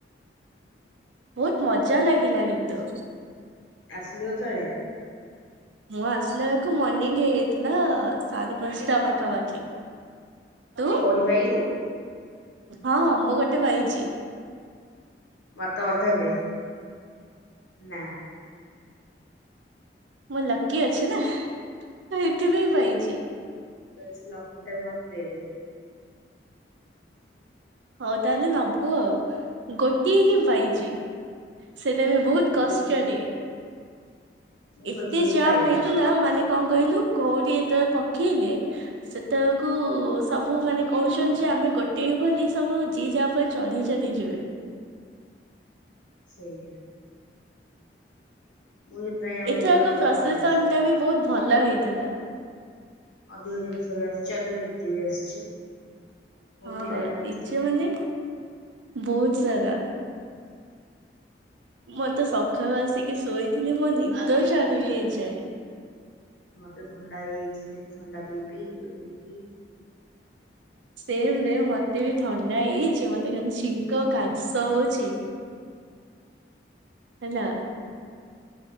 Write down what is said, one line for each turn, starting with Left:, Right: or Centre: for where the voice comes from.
Right: ବହୁତ ମଜା ଲାଗିଲା କିନ୍ତୁ।
Left: ଆସିଲୁ ଏତେଳେ?
Right: ମୁଁ ଆସିଲା ବେଳକୁ ମର୍ଣ୍ଣିିଂ ହେଇଯାଇଥିଲା ସାରେ ପାଞ୍ଚଟା ପାଖାପାଖି। ତୁ?
Left: କଉଡି ପାଇଲୁ?
Right: ହଁ ମୁଁ ଗୋଟେ ପାଇଚି।
Left: ମତେ ଅଧାଦେ ନା
Right: ମୁଁ ଲକି ଅଛି ନା ତ ଏଠି ବି ପାଇଚି।
Left: ତାଲସେ ଲକି ଟାକୁ ମତେ ଦେଇଦେ।
Right: ହଉ ତାହେଲେ ନବୁ ଆଉ ଗୋଟିଏ ହିଁ ପାଇଚି। ସେଇଟା ବି ବହୁତ
Left: ହଉ
Right: କଷ୍ଟରେ।
Left: ଦେଇଦେ ମତେ। ମୁଁ
Right: ଏତେ
Left: ଖୋଜି ଖୋଜି
Right: ଜମ୍
Left: ପାଇଲିନି।
Right: ହେଇଥିଲା ମାନେ କଁ କହିଲୁ କୋଉଡି ଏତେ ପକ୍ ଖୀଲେ ସେତେବେକୁ ସବୁ ମାନେ କହୁଛନ୍ତି ଯେ ଆମେ ଗୋଟେ ବୋଲି ସବୁ ଯିଏ ଯାହା ପଏ ଚଢି ଚଲି ଯିବେ।
Left: ସେଇଆ। ମୁଁ ସେଥିପାଇଁ ଆଉ
Right: ଏଥରକ
Left: ଇଏ କଲିନି
Right: ପ୍ରସେସନ
Left: ପଳେଇ ଆସିଲି।
Right: ଟା ବି ବହୁତ ଭଲ ହେଇଥିଲା।
Left: ଅଧିକ ଜିନିଷ ବି ଆସିଚି ଅଧ ଡି ଯେ ବି ଆସିଚି। ବହୁତ
Right: ହଁ
Left: ପିଲା ବି ନାଚୁଥିଲେ।
Right: ଡିଜେ ମାନେ ବହୁତ ସାରା। ମୁଁ ତ ସଖାଳୁ ଆସିକି ଶୋଇଥିଲି ମୋ ନିଦ ଛାଡୁନି ଏଯାଏଁ।
Left: ମତେ ଥଣ୍ଡା ହେଇଯାଇଚି ସେଠି ଥଣ୍ଡା ପିଇପିଇ ଏ ପି ପି।
Right: ସେମ ରେ ମତେ ବି ଥଣ୍ଡା ହେଇଛି ମତେ କିନ ଛିଙ୍କ କାସ ହଉଚି। ହେଲା।